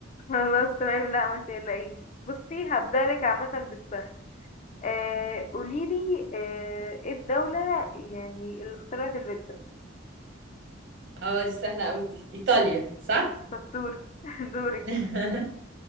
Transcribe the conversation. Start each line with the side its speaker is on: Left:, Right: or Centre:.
Left: خلاص تمام لا ما تقلقيش بصي هبدألك عامة بالسهل آه قوليلي آه ايه الدولة يعني اللي اخترعت البيتزا
Right: <laughs> اه دي سهله قوي دي ايطاليا صح
Left: شطور <laughs> دورك
Right: <laughs>